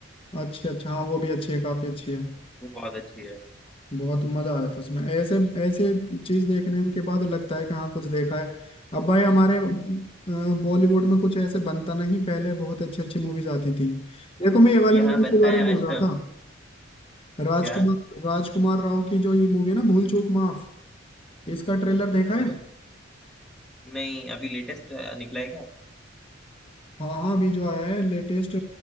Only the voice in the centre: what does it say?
वो बहुत अच्छी है
यहाँ
बनता
है
आश्रम
क्या
अ, नहीं अभी लेटेस्ट निकला है क्या